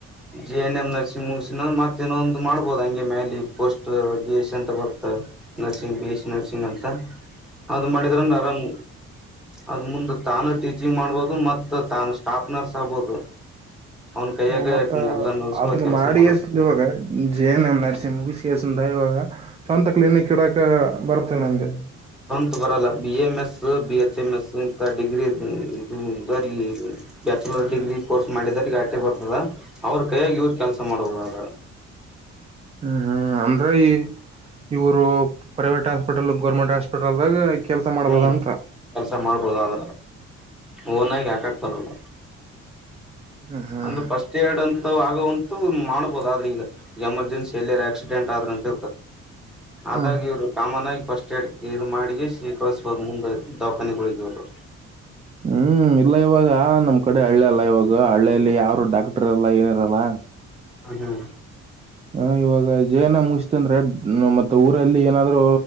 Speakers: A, in the centre; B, on the right.
A: ಜೆ ಎನ್ ಎಮ್ ನರ್ಸಿಂಗ್ ಮುರ್ಸ್ ಮತ್ತೇನೊ ಒಂದು ಮಾಡ್ಬೋದು ಹಂಗೆ ಮೇ ಪೋಸ್ಟ್ ಬಿ ಎಸ್ ಸಿ ಅಂತ ಬರ್ತ, nursing B S C nursing ಅಂತ. ಅದ್ ಮಾಡಿದ್ರನ್ ಆರಾಮ್ ಅದ ಮುಂದೆ ತಾನು ಟೀಚಿಂಗ್ ಮಾಡ್ಬಹದು ಮತ್ತ ತಾನು ಸ್ಟಾಫ್ ನರ್ಸ್ ಆಗ್ಬೋದು. ಅವ್ನ ಕೈಯಾಗ
B: ಹ ಮತ್ತ
A: ಎಲ್ಲಾ ನಡ್ಸ್ಕೊಳ
B: ಅದನ್ನ
A: ಕೆಲ್ಸ
B: ಮಾಡಿ
A: ಮಾಡೋದು
B: ಇವಾಗ ಜೇನ ಎ ನಸಿ ಮುಗಿಸಿ ಕೇಸಂದ ಇವಾಗ ಸ್ವಂತ ಕ್ಲಿನಿಕ್ ಇಡಕ ಬರ್ತೇ ನನ್ಗೆ.
A: ಸ್ವಂತ ಬರಲ್ಲ B M S B H M S ಇಂತ ಡಿಗ್ರಿ ಇ ಬ್ಯಾಚುಲರ್ ಡಿಗ್ರಿ ಕೋರ್ಸ್ ಮಾಡಿದ ಆಟೆ ಬರ್ತದ, ಅವ್ರ ಕೈಯಾಗಿ ಇವ್ರ ಕೆಲಸ ಮಾಡಬುದಾದ
B: ಹ್ಮ್ ಹ್ಮ್ ಅಂದ್ರೆ ಈ ಇವರು ಪ್ರೈವೇಟ್ ಹಾಸ್ಪಿಟಲ್ ಗೌರ್ಮೆಂಟ್ ಹಾಸ್ಪಿಟಲ್ದಾಗ ಕೆಲಸ ಮಾಡ್ಬೋದ
A: ಹ್ಮ್
B: ಅಂತ
A: ಕೆಲ್ಸ ಮಾಡ್ಬೋದಾದ ಓನಾಗ ಯಾಕಕ್ ಬರಲ್ಲ
B: ಹ್ಮ್ ಹ್ಮ್
A: ಅಂದ್ರೆ ಫಸ್ಟ್ ಏಡ್ ಅಂತ ಆಗಂತ ಮಾಡಬಹುದು ಆದ್ರೆ ಈಗ ಎಮರ್ಜೆನ್ಸಿ ಎಲ್ಲ ಆಕ್ಸಿಡೆಂಟ್ ಆದ್ರ ಅಂತ. ಆದಾಗಿ
B: ಹ್ಮ
A: ಇವ್ರು ಕಾಮನ್ ಆಾಗಿ ಫಸ್ಟ್ ಎಡ್ ಇ ಮಾಡಿ ಶ್ರೀಕಬೋ ಮುಂದೆ ದವಾಖಾನೆಗಳಿಗೆವರು.
B: ಹ್ಮ್ ಇಲ್ಲ ಇವಾಗ ನಮ್ ಕಡೆ ಹಳ್ಳಿ ಅಲ್ಲ ಇವಾಗ ಹಳ್ಳಿಯಲ್ಲಿ ಯಾರು ಡಾಕ್ಟರ್ ಇರಲ್ಲ ಏನಿರಲ್ಲ
A: ಹ್ಮ ಹ್ಮ್
B: ಹ ಇವಾಗ ಜೇನ ಮುಗತಂದ್ರೆ ಮತ್ತೆ ಊರಲ್ಲಿ ಏನಾದ್ರು